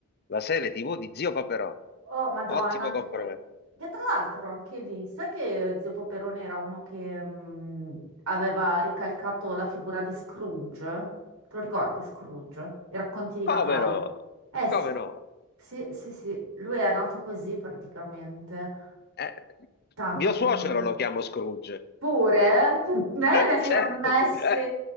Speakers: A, on the left (about 50°); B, on the right (about 80°).
A: la serie TV di Zio Paperone.
B: Oh, Madonna,
A: Ottimo
B: anche
A: compromesso.
B: quello. Che tra l'altro anche lì, sai che Zio Paperone era uno che mh, aveva ricalcato la figura di Scrooge? Te lo ricordi Scrooge? I racconti di Natale.
A: Come no?
B: Eh sì,
A: Come no?
B: sì, sì, sì, lui è nato così praticamente,
A: Eh,
B: tanto
A: mio
B: che
A: suocero
B: non lo vedo.
A: lo chiamo Scrooge. <laughs>
B: Pure, eh? bene,
A: Eh,
B: si
A: certo.
B: è messi,
A: Eh,